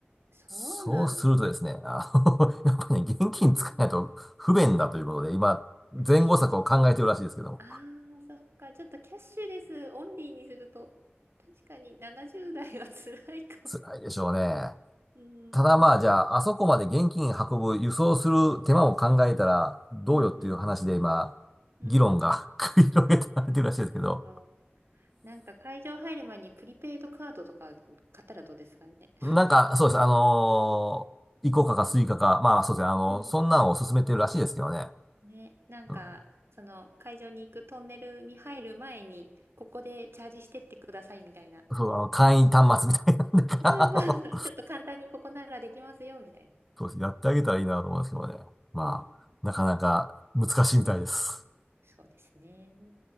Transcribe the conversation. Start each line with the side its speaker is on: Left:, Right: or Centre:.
Right: そうなんだよ
Centre: そうするとですね、あの
Right: ね。はい
Centre: <laughs> やっぱりね、現金使えないと不便だということで、今、前後策を考えてるらしいですけども、
Right: キャッシュレス。ああ、そっか。ちょっとキャッシュレスオンリーにすると、確かに70代は辛いかも。
Centre: 辛いでしょうね。
Right: うん。
Centre: ただまあ、じゃあ、あそこまで現金運ぶ、輸送する手間を考えたら、
Right: うん。
Centre: どうよっていう話で今、
Right: うん。うん。うんうん
Centre: 議論が <laughs> 繰り広げられてるらしいですけど、
Right: なるほど。なんか会場入る前にプリペイドカードとか買ったらどうですかね。
Centre: なんか、そうです。あのーイコカかスイカか、まあそうですね。あの、
Right: うん。
Centre: そんなのを勧めてるらしいですけどね。
Right: ね。なんか、
Centre: うん。
Right: その会場に行くトンネルに入る前に、ここでチャージしてってくださいみたいな。
Centre: そう、あの、会員端末みたいな <laughs> んだから、
Right: そうそうそう。
Centre: あの
Right: <laughs> ちょっと簡単にここならできますよみたいな。
Centre: そうです。やってあげたらいいなと思うんですけどね。まあ、
Right: うん
Centre: なかなか難しいみたいです。
Right: そうですね。